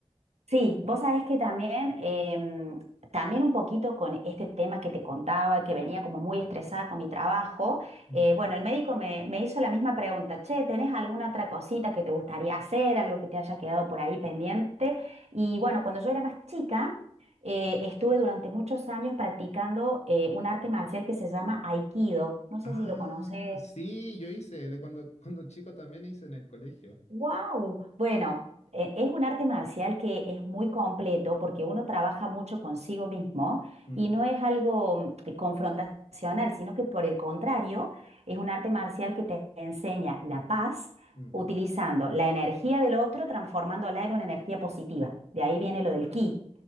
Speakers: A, on the right; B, on the left.
A: Sí, vos sabés que también, em, también un poquito con este tema que te contaba, que venía como muy estresada con mi trabajo,
B: Mm.
A: eh, bueno, el médico me, me hizo la misma pregunta, che, ¿tenés alguna otra cosita que te gustaría hacer, algo que te haya quedado por ahí pendiente? Y bueno, cuando yo era más chica, eh, estuve durante muchos años practicando eh, un arte marcial que se llama Aikido, no sé
B: Ah,
A: si lo conoces.
B: sí, yo hice, de cuando, cuando chico también hice en el colegio.
A: Wow. Bueno, e- es un arte marcial que es muy completo porque uno trabaja mucho consigo mismo
B: Mm,
A: y no es algo mm, eh, confrontacional, sino que por el contrario, es un arte marcial que te enseña la paz
B: mm,
A: utilizando la energía del otro, transformándola en una energía positiva. De ahí viene lo del
B: claro.
A: ki.